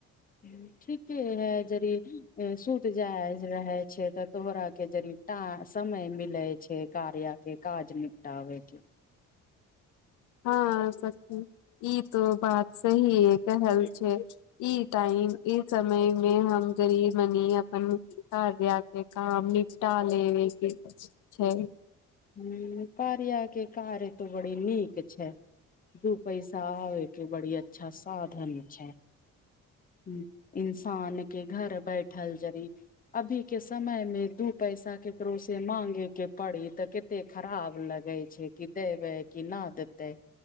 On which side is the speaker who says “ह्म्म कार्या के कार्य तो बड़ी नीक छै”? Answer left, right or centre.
Left